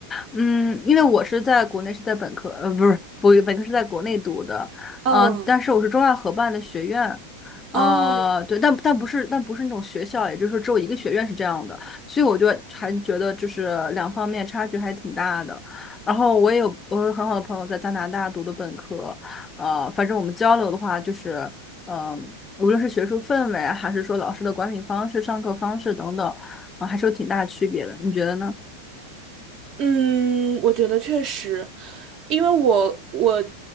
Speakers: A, on the left (about 20°); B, on the right (about 40°).
A: 嗯，因为我是在国内是在本科，呃，不是，不，本科是在国内读的，
B: 嗯
A: 呃，但是我是中外合办的学院，呃，
B: 哦
A: 对，但但不是，但不是那种学校，也就是说只有一个学院是这样的，所以我就还觉得就是两方面差距还挺大的。然后我也有我有很好的朋友在加拿大读的本科，呃，反正我们交流的话就是，嗯、无论是学术氛围还是说老师的管理方式、上课方式等等，啊、还是有挺大区别的，你觉得呢？
B: 嗯，我觉得确实，因为我我